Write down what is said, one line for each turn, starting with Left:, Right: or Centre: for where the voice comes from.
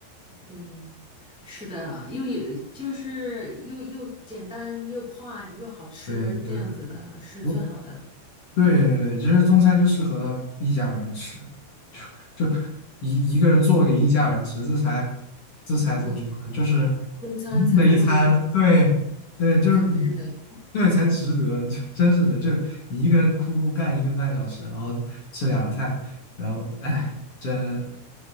Centre: 对，是的啊，又有就是又又简单又快又好吃，
Left: 对对的
Centre: 这样子的是最好的。
Left: 我对对对，其实中餐就适合一家人吃，就就一一个人做给一家人吃，这才这才怎么说呢？
Centre: 对，
Left: 就是
Centre: 中餐才不会
Left: 嗯的一餐，对对，就是
Centre: 才值得。
Left: 对才值得，<laughs> 真是的，就是你一个人哭哭干一个半小时，然后吃两个菜，然后哎，真